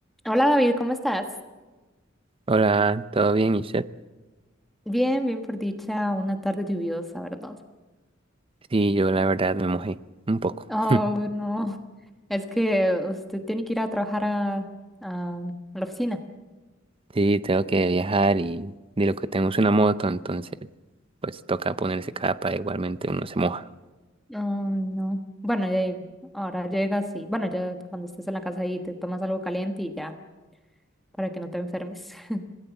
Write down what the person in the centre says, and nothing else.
Hola David, ¿cómo estás?
Bien, bien por dicha, una tarde lluviosa, ¿verdad?
Oh,
no. Es que usted tiene que ir a trabajar a, a- a la oficina.
Oh, no. Bueno, ya ahora llegas y, bueno, ya cuando estés en la casa ahí te tomas algo caliente y ya, para que no te enfermes. <laughs>